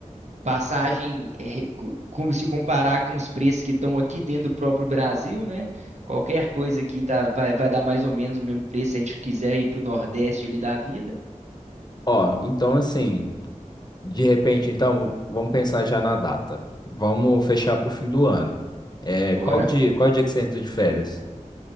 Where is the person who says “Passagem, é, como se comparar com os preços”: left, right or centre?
Right